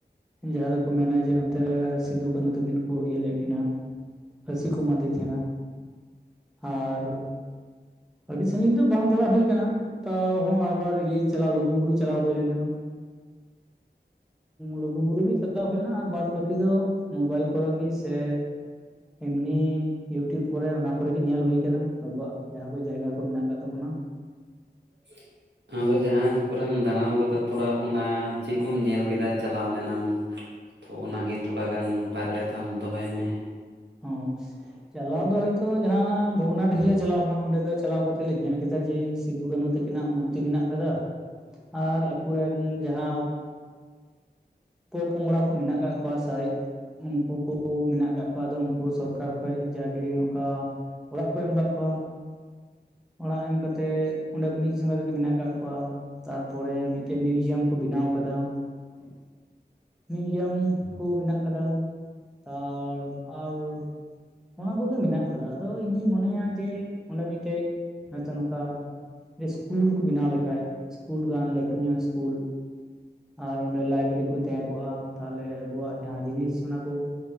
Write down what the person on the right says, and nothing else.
<inaudible> <inaudible> ᱟᱫᱚ ᱡᱟᱦᱟᱸ ᱠᱚᱨᱮᱢ ᱫᱟᱬᱟᱣ ᱠᱟᱫᱟ, ᱛᱷᱚᱲᱟ ᱚᱱᱟ ᱪᱮᱫ ᱠᱚᱢ ᱧᱮᱞ ᱠᱮᱫᱟ ᱪᱟᱞᱟᱣ ᱞᱮᱱᱟᱢ? ᱛᱷᱚ ᱚᱱᱟᱜᱮ ᱛᱷᱚᱲᱟ ᱜᱟᱱ, ᱵᱟᱨ ᱠᱟᱛᱷᱟᱢ ᱫᱚᱦᱚᱭ ᱢᱮ᱾
<inaudible> <inaudible>